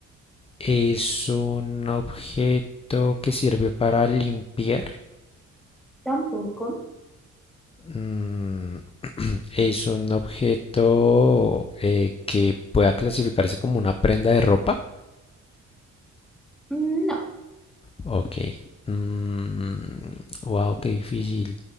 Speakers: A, on the left; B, in the centre.
A: Es un objeto que sirve para limpiar.
B: tampoco.
A: Mm, <clears throat> es un objeto eh, que pueda clasificarse como una prenda de ropa.
B: Mm, No,
A: Ok. Mm, wow, qué difícil.